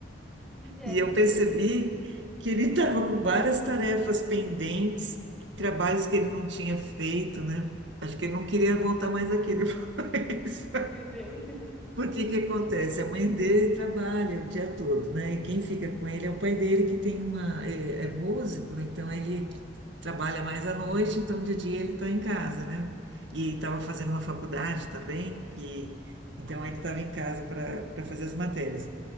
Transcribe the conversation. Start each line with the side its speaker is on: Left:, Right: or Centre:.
Centre: Gente,
Right: E eu percebi que ele estava com várias tarefas pendentes, trabalhos que ele não tinha feito, né? Acho que ele não queria voltar mais aqui <laughs> depois.
Centre: <laughs> meu Deus.
Right: Porque que acontece? A mãe dele trabalha o dia todo, né? E quem fica com ele é o pai dele, que tem uma, é, é músico, então ele trabalha mais à noite, então de dia ele está em casa, né? E estava fazendo uma faculdade também, que então ele estava em casa para para fazer as matérias.